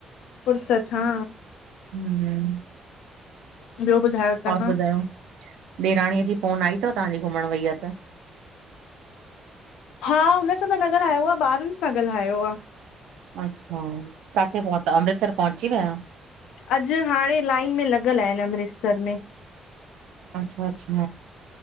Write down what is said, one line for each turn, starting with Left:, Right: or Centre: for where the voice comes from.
Left: फुर्सत हा
Right: हम
Left: ॿियो ॿुधायो तव्हां
Right: और ॿुधायो ॾेराणीअ जी फोन आई अथव तव्हांजी घुमण वई आहे त
Left: हा हुन सां त न ॻाल्हायो आहे ॿारनि सां ॻाल्हायो आहे
Right: अच्छा काथे पहुता अमृतसर पहुची विया
Left: अॼु हाणे लाइन में लॻियलि आहिन अमृतसर में
Right: अच्छा अच्छा